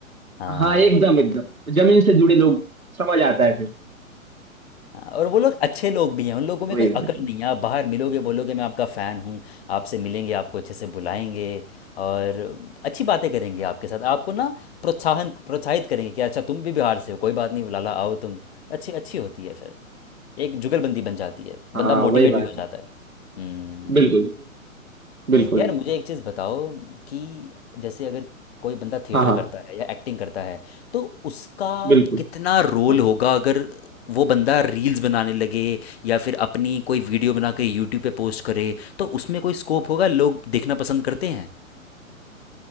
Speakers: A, on the left; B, on the right.
A: हाँ
B: हाँ एकदम एकदम जमीन से जुड़े लोग समझ आता है फिर
A: हाँ, और वो लोग अच्छे लोग भी हैं उन लोगों में
B: वही
A: कोई
B: बात
A: अकल
B: है
A: नहीं है आप बाहर मिलोगे बोलोगे मैं आपका फ़ैन हूँ आपसे मिलेंगे आपको अच्छे से बुलाएंगे और अच्छी बातें करेंगे आपके साथ आपको ना प्रोत्साहन प्रोत्साहित करेंगे कि अच्छा तुम भी बिहार से हो कोई बात नहीं लाला आओ तुम अच्छी अच्छी होती है फिर एक जुगलबंदी बन जाती है
B: हाँ
A: बंदा मोटिवेट
B: वही बात
A: भी हो जाता
B: है
A: है हम्म
B: बिल्कुल बिल्कुल
A: यार
B: बिल्कुल
A: मुझे एक चीज़ बताओ कि जैसे अगर कोई बंदा थिएटर
B: हाँ हाँ
A: करता है या एक्टिंग करता है तो उसका
B: बिल्कुल
A: कितना रोल
B: हाँ
A: होगा अगर वो बंदा रील्स बनाने लगे या फिर अपनी कोई वीडियो बना के यूट्यूब पे पोस्ट करे तो उसमें कोई स्कोप होगा लोग देखना पसंद करते हैं